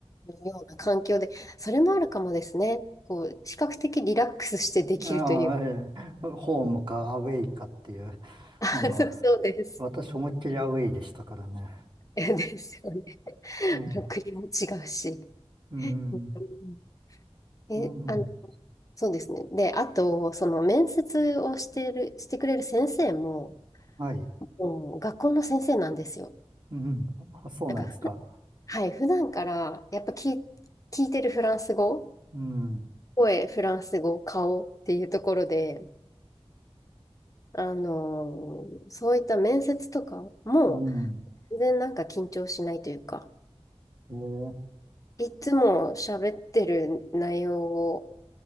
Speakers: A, on the left; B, on the right.
A: ような環境で、それもあるかもですね。こう、比較的リラックスしてできるという。
B: ああ、ええ、ホームかアウェイかっていう、
A: <laughs>
B: あの、
A: そうそうです。
B: 私思いっきりアウェイでしたからね。
A: <laughs> ですよね。
B: ええ、
A: あの、国も違うし。
B: うん、
A: うんえ、
B: うん、
A: あの、そうですね。で、あと、その面接をしてる、してくれる先生も、
B: はい。
A: もう学校の先生なんですよ。
B: うん、あそうなんですか。
A: なんかはい、普段からやっぱ聞い、聞いてるフランス語、
B: うん、
A: 声、フランス語、顔っていうところで、あのーそういった面接とかも
B: うん、
A: 全然なんか緊張しないというか、
B: ええ、
A: いつも喋ってる内容を、